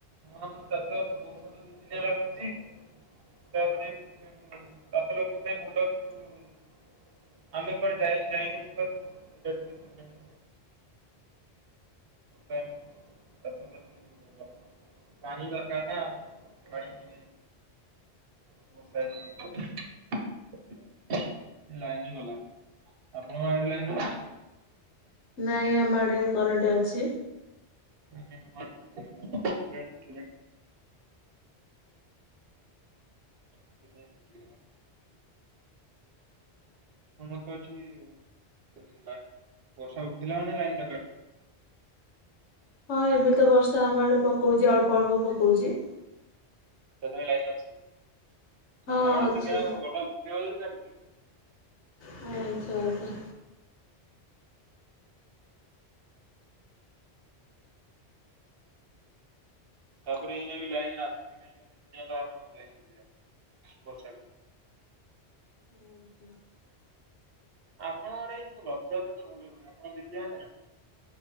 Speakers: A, on the right; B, on the left.
A: ହଁ ଚାଷ ବାଷ ବର୍ଷା ଦିନ ହେଲା କହୁଛି <unintelligible> ତାପରେ ଚାଷ ଲୋକ ଙ୍କ ପାଇଁ ବୋଲା <unintelligible> ଆମେ କୁଆଡେ ଯାଇ ଆସି ପାରୁନୁ। ପାଣି ଦରକାର ନା ପାଣି <unintelligible> <unintelligible> ଲାଇନ ଗଲା, ଆପଣଙ୍କ ଆଡ଼େ ଲାଇନ ଅଛି?
B: ନାଇଁ ଆମ ଆଡେ କରେଣ୍ଟ ଅଛି।
A: <unintelligible> ସେ କଣ କଟିଗଲା। ଆମର ଏଠି ବର୍ଷା ଉଠିଲା ମାନ ଲାଇନ୍ କାଟି ଦଉଛି।
B: ହଁ ଏବେ ତ ବର୍ଷା ଆମ ଆଡେ ପକଉଛି ଅଳ୍ପ ଅଳ୍ପ ପକଉଛି।
A: ତଥାପି ଲାଇନ୍ ଅଛି,
B: ହଁ
A: ଆମ ଆଡେ
B: ଅଛି
A: ଟିକେ ନାକୁ ବର୍ଷା ଉଠେଇଲେ ଲାଇନ କାଟି ଦଉଛି।
B: ହୁଁ ଆଚ୍ଛା ଆଚ୍ଛା।
A: ତାପରେ ଏଇ ବି ଲାଇନ୍ ଆସୁଛି କାହିଁକ ଦି ଦିନ ହେଲା ଲାଇନ ନଥିଲା ବର୍ଷାକୁ
B: <inaudible>
A: ଆପଣଙ୍କର ଆଡ଼େ ଯୋଉ ରଥଯାତ୍ରା ତ ଭଲ ହୁଏ ନା ଆପଣ ଦେଖିବା ନା